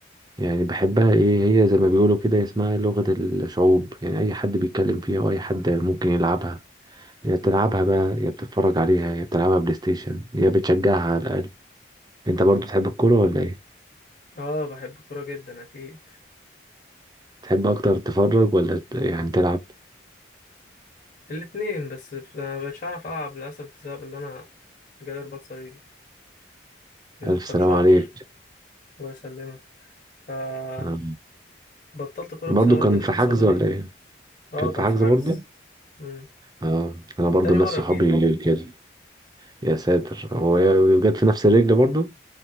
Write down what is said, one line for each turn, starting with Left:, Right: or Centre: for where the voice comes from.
Right: يعني بحبها
Left: اكيد
Right: ايه هي زي ما بيقولوا كده اسمها لغة الشعوب يعني اي حد بيتكلم فيها واي حد ممكن يلعبها يا بتلعبها بقى يا بتتفرج عليها يا بتلعبها بلاي ستيشن يا بتشجعها على الاقل انت برضو تحب الكورة ولا ايه
Left: اه بحب الكورة جدا اكيد
Right: تحب اكتر تتفرج ولا ت- يعني تلعب
Left: الاتنين بس ما بقتش اعرف العب للأسف بسبب اللي انا جالي رباط صليبي من
Right: الف
Left: كام
Right: سلام
Left: شهر
Right: عليك
Left: الله يسلمك آه،
Right: آه.
Left: بطلت كورة
Right: برضو
Left: بسبب
Right: كان
Left: الإصابة
Right: في حجز
Left: دي
Right: ولا ايه
Left: اه
Right: كان
Left: كان
Right: في حجز
Left: في حجز
Right: برضو
Left: مم.
Right: اه انا برضو
Left: تاني
Right: ناس
Left: مرة
Right: صحابي
Left: تجيلي
Right: كده يا ساتر هو وجت في نفس الرجل برضو